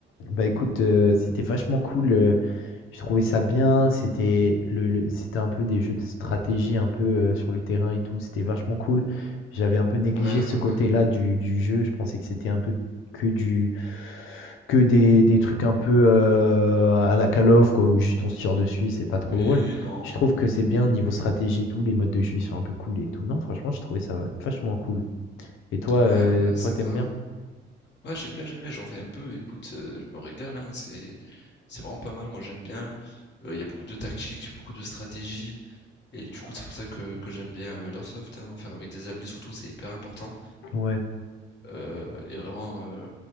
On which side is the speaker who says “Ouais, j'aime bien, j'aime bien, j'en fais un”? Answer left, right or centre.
Left